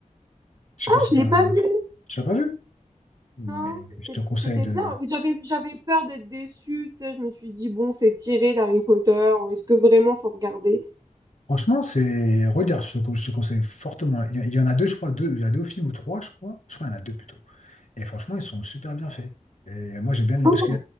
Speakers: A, on the left; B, on the right.
A: Je sais
B: Ah,
A: pas si
B: je
A: t'as,
B: l'ai pas vu,
A: tu l'as pas vu? Mais
B: non?
A: je
B: C'est-
A: te conseille
B: C'était
A: de.
B: bien. J'avais, j'avais peur d'être déçue, tu sais. Je me suis dit, bon, c'est tiré d'Harry Potter. Est-ce que vraiment faut regarder?
A: Franchement, c'est. Regarde, je te, con- je te conseille fortement. Il y, il y en a deux, je crois. Deux, il y a deux films ou trois, je crois. Je crois qu'il y en a deux plutôt. Et franchement, ils sont super bien faits. Et moi, j'ai bien aimé
B: Ah,
A: parce que